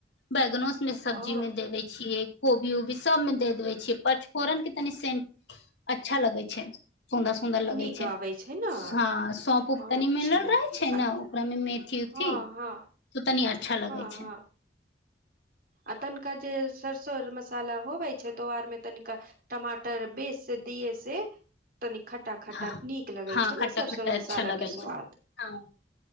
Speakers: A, on the left (about 80°); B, on the right (about 50°).
A: बैगनो मे सब्जी
B: ओ
A: मे देबे छियै कोबी उबी सब मे दे देबे छियै परचफोरन के तनि सेंन्ट अच्छा लगै छै सोंन्दस सुन्दर लगै
B: नीक
A: छै
B: आबै छै ने
A: हँ सौंप ऊप
B: अच्छा
A: तनी मिलल रहै छै न
B: आ
A: ओकरा मे मेथी उथी
B: हँ
A: त
B: हँ
A: तनी अच्छा लगै
B: हँ
A: छै
B: हँ आ तनिका जे सरसो अर मसाला होबै छै त ओ आरमे तनिका टमाटर बेस से दिए से तनी खट्टा खट्टा
A: हँ
B: नीक लगै
A: हँ
B: छै
A: खट्टा
B: ने सरसों
A: खट्टा
B: मसालाके
A: अच्छा लगै
B: स्वाद
A: छै हँ